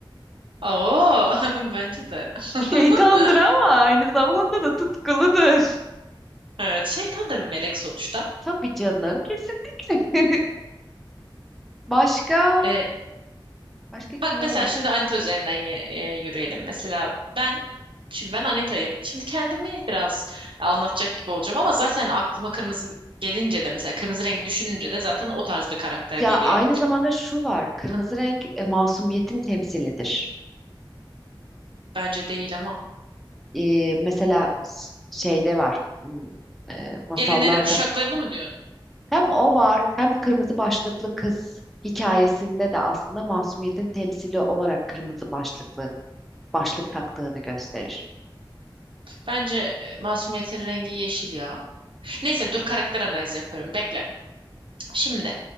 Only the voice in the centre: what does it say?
Şeytandır ama aynı zamanda da tutkuludur.
Tabii canım kesinlikle. <laughs> Başka
başka
ne
olabilir?
Ya
aynı zamanda şu var. Kırmızı
renk e, masumiyetin temsilidir.
E, mesela s- şeyde var. m, e, masallarda.
Hem o var hem kırmızı başlıklı kız hikayesinde de aslında masumiyetin temsili olarak kırmızı başlıklı başlık taktığını gösterir.